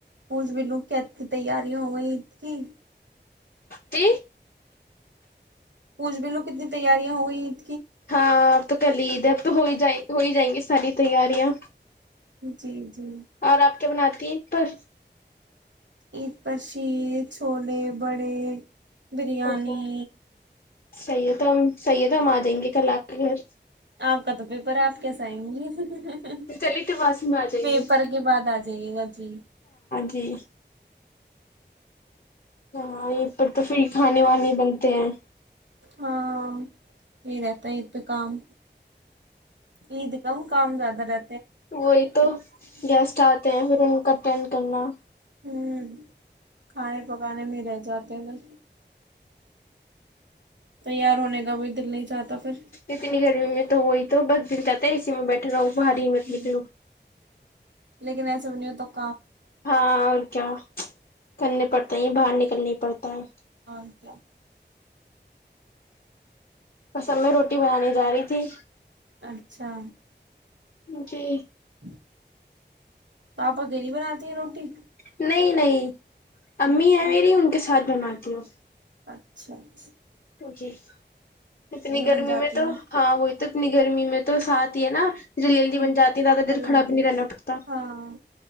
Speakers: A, on the right (about 80°); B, on the left (about 55°).
A: کھ بھی لو کیا ا کی تیاریاں ہو گئ ا کی
B: جی
A: کھ بھیلو کتنی تیاریاں ہوئی اس
B: ہاں اب تو کلدھرب تو ہو جائے ہو ہی جائ گی ساری تیاریاں
A: جی جی
B: اور آپ بناتی ہیں پر
A: عید پر شیر چھولے بڑے بریانی
B: اوہو صحیح ہے تو ہم صحیح ہے تو ہم آ جائیں گے کل آ کے گھر
A: آپ کا تو پیپر آپ کیسے آئیں گی
B: چلیے تو واسی میں آ جائیں
A: پیپر
B: گے
A: کے بعد آ جائیے گا جی
B: جھی ہاں یہ پر تو پھر کھانے وانے بنتے ہیں
A: ہاں یہت یہ تو کام عید کم کام زیادہ رہ
B: وہی تو گیسٹ آتے ہیں کاٹین کرنا
A: ہوں کھانے پکانے میں رہ جاتے ہیں بس تیار ہونے کا کو دل نہیں چاہتا پھر
B: اتنی گرمی میں تو ہو ہی تو بس دل جاتا ہے ای میں بیٹھا رہا ہوں بھاری مت
A: ہ
B: نکلو
A: لیکن سبی تک
B: ہاں اور کیا کرنے پڑتا ہے یہ باہر نکلنا پڑتا ہے
A: ہ کیا؟
B: بسب میں روٹی بنانانی جا رہی تھی
A: اچھا
B: جی
A: <inaudible> توپا گریی بناات ہیں روٹی
B: نہیں نہیں امی
A: اچھا
B: ہیں میری ان کے ساتھ نا کیو
A: اچھاچ
B: جی اتنی گرمی
A: بن جاتی
B: میں تو
A: ہیں
B: ہاں وہ <unintelligible> اتنی گرمی میں تو ساتھ ہی ہے نا <unintelligible> جلی جلدی
A: ہوں
B: بن جاتی زیادہ
A: جلدی
B: دیر کھڑا بھی نہیں رہنا پڑتا
A: ہاں